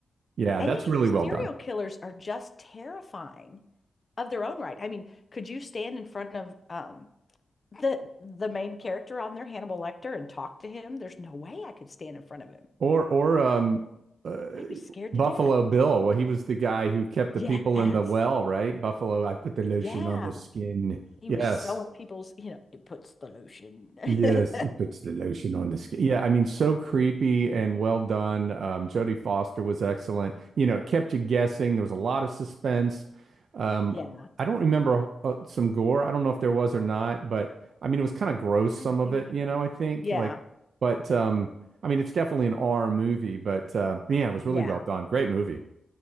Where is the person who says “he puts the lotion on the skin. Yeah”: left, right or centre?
Right